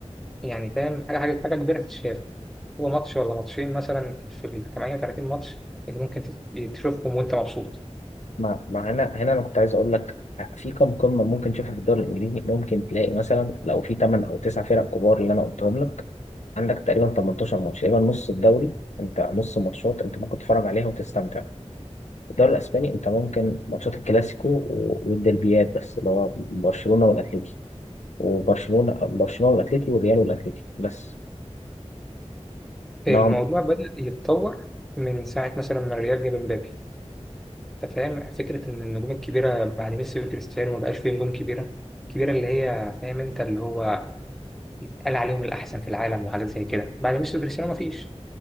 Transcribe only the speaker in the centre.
يعني فاهم حاجة حاجة حاجة كبيرة تتشاف هو ماتش ولا ماتشين مثلا في ال 38 ماتش اللي ممكن تت- تشوفهم وأنت مبسوط
الموضوع
بدأ يتطور من ساعة مثلا ما الريال جاب مبابي أنت فاهم فكرة إن النجوم الكبيرة بعد ميسي وكريستيانو ما بقاش فيه نجوم كبيرة كبيرة اللي هي فاهم أنت اللي هو يتقال عليهم الأحسن في العالم وحاجات زي كده بعد ميسي وكريستيانو مفيش